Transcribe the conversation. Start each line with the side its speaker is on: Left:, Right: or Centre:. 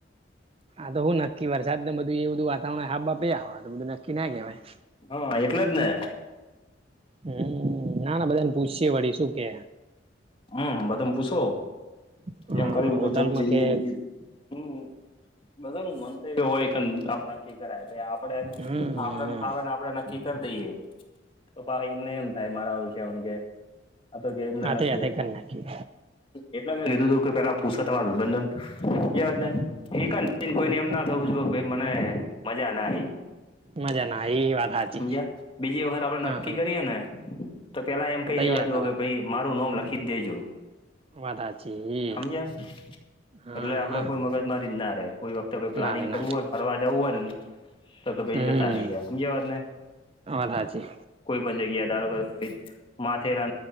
Right: આા તો હું નક્કી વરસાદ ને બધું એવ બધું વાતાવરણ હાબા પ બધું નક્કી ના કહેવાય.
Left: હા એટલે જ ને.
Right: હમ નાના બધા ને પૂછી વળી શું કે.
Left: હમ બધામ પૂછો.
Right: હા
Left: એમ કરીને
Right: હોટલમાં
Left: જોગ જઈએ
Right: કે
Left: બીજ હમ બધા ન મંતવ્ય હોય કે આપડે નક્કી કરાય પ આપડ
Right: હમ
Left: આપને ફાવે ને આપડે નક્કી કરી દઈએ તો પી એમને એમ થાય મારાષ કે આ તો કે એમને
Right: હાથે
Left: નક્કી.
Right: હાથે કરી નાખી
Left: એટલે ક કીધું તું કે પેલા પૂછો તમારા વિબંધન ક વાત ને એક જ કોઈને એમ ના થવું જોઈએ મને મજા ના.
Right: મજા ના એ વાત હાચી
Left: સમજ્યા બીજી વખત આપડે નક્કી
Right: હા હા
Left: કરીએ ને. તો પેલા એમ
Right: તો
Left: કહી
Right: તૈયાર
Left: દેવા જો
Right: થવા
Left: કે ભાઈ મારું નોમ લખી જ દેજો.
Right: વાત હાચી
Left: સમજ્યા
Right: એ હા
Left: એટલે આપડે
Right: હા
Left: કોઈ મગજ મારી જ ના રે કોઈ વત તો પ્લાનિંગ
Right: ના રે
Left: કરવું
Right: ના
Left: હોયને
Right: રે
Left: ફરવા જવું હોય ને તો ક ભે
Right: હમ
Left: જતા રહી હ સમજવાદ ને
Right: વાત હાચી
Left: કોઈ પણ જગ્યા ધારો કર માથે રા